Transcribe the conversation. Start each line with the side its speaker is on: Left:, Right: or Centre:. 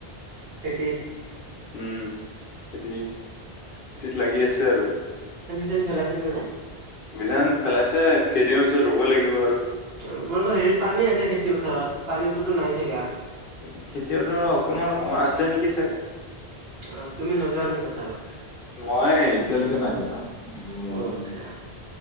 Right: খেতিত।
Left: উম খেতি খেতিত লাগি আছে আৰু।
Right: দিল ফেলাছিল নে নাই।
Left: বিধান পেলাইছে কেইদিনৰ পিছত ৰোব লাগিব আৰু।
Right: তোমালোকৰ হেৰি পানী আছে খেতি পথাৰত পানী পতো নাই চাগে আ।
Left: উ খেতিয়তৰ অকমান অকমান আছে নেকি চাগে।
Right: অ তুমি নোযোৱা নেকি পথাৰত।
Left: মই এতিয়ালৈকে নাই যোৱা। উম,
Right: অ আচ্ছা